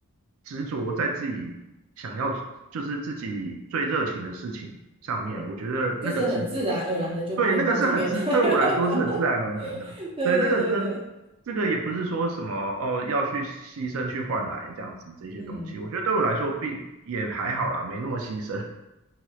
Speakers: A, on the right (about 70°); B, on the right (about 25°).
A: 执着在自己想要就是自己最热情的事情上面，
B: 对，
A: 我觉得那个执着
B: 就是很自然而然的就偏到这边来，
A: 对，那个是很自，
B: <laughs>
A: 对我来说是很自然而然的。
B: 对对对对，
A: 对，那个跟这个也不是说什么哦，要去牺牲去换来这样子这些东西，
B: 嗯，
A: 我觉得对我来说并也还好啦，没那么牺牲。